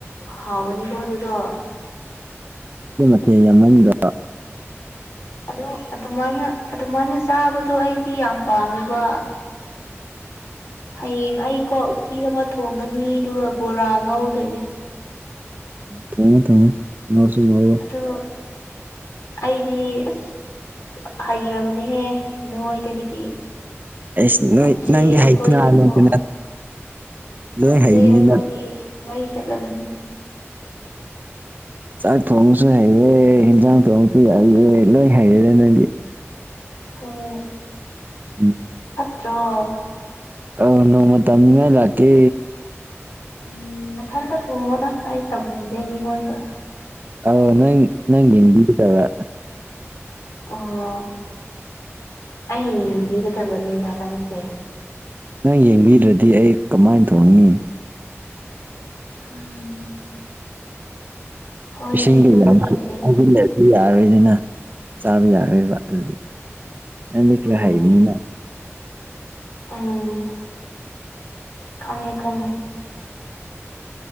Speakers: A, on the left; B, on the right.
A: ꯍꯥꯎꯒꯅꯤꯀꯣ ꯑꯗꯨꯗꯣ
B: ꯌꯥꯝ ꯃꯅꯨꯡꯗ
A: ꯑꯗꯨ ꯑꯗꯨꯃꯥꯏꯅ ꯑꯗꯨꯃꯥꯏꯅ ꯆꯥꯕꯗꯣ ꯑꯩꯗꯤ ꯌꯥꯝ ꯄꯥꯝꯃꯦꯕ ꯍꯌꯦꯡ ꯑꯩꯀꯣ ꯎꯇꯤ ꯑꯃ ꯊꯣꯡꯒꯅꯤ ꯑꯗꯨꯒ ꯕꯣꯔꯥ ꯉꯧꯗꯣꯏꯅꯦ
B: ꯊꯣꯡꯉ ꯊꯃ ꯅꯁꯨ ꯉꯥꯎꯔꯣ
A: ꯑꯗꯨ ꯑꯩꯗꯤ ꯑꯁ ꯍꯥꯏꯈꯤꯔꯕꯅꯤꯍꯦ ꯅꯣꯏꯗꯒꯤ ꯗꯤ
B: ꯑꯩꯁ ꯅꯣꯏ
A: ꯉꯆꯦ
B: ꯅꯪꯗꯤ
A: ꯑꯩꯈꯣꯏꯗꯤꯀꯣ
B: ꯍꯩꯕꯅ ꯍꯥꯏꯕꯅꯤꯗꯅ ꯂꯣꯏ
A: ꯅꯠꯇꯦ
B: ꯍꯩꯕꯅꯤꯅ
A: ꯑꯩꯈꯣꯏꯒꯤ ꯃꯍꯩ ꯆꯠꯂꯕꯅꯤ
B: ꯆꯥꯛ ꯊꯣꯡꯕꯁꯨ ꯍꯩꯔꯦ ꯌꯦꯟꯁꯥꯡ ꯊꯣꯡꯕꯁꯨ ꯍꯩꯔꯦ ꯂꯣꯏ ꯍꯩꯔꯦꯗ ꯅꯪꯗꯤ
A: ꯍ <inaudible>
B: ꯎꯝ
A: ꯇ꯭ꯔ
B: ꯑ ꯅꯣꯡꯃ ꯃꯇꯝ ꯅꯤꯡꯉꯥꯏ ꯂꯥꯛꯀꯦ
A: ꯎꯝ ꯊꯗ ꯊꯉꯣꯗ ꯑꯩ ꯇꯝꯅꯤꯡꯗꯦ ꯃꯤꯉꯣꯟꯗ
B: ꯑꯥꯎ ꯅꯪ ꯅꯪ ꯌꯦꯡꯕꯤꯒꯗꯕ
A: ꯑꯣ ꯑꯩꯕꯤꯔꯗꯕꯅꯤ ꯂꯅꯤꯁꯦ
B: ꯅꯪ ꯌꯦꯡꯕꯤꯗ꯭ꯔꯗꯤ ꯑꯩ ꯀꯃꯥꯏꯅ ꯊꯣꯡꯏꯤ
A: ꯎꯝ ꯍꯣꯏꯅꯦ
B: ꯁꯤꯒ
A: ꯑꯗꯨꯁꯨ
B: ꯌꯥꯂ
A: ꯆꯨꯝꯃꯤꯅꯦ
B: ꯌꯥꯔꯣꯏꯗꯅ ꯆꯥꯕ ꯌꯥꯔꯣꯏꯕ ꯑꯗꯨꯗꯤ ꯅꯪꯗꯤ ꯈꯔ
A: ꯂꯣꯏꯅꯦ
B: ꯍꯥꯏꯩꯕꯅꯤꯅ
A: ꯎꯝ ꯈꯪꯉꯦ ꯈꯪꯉꯦ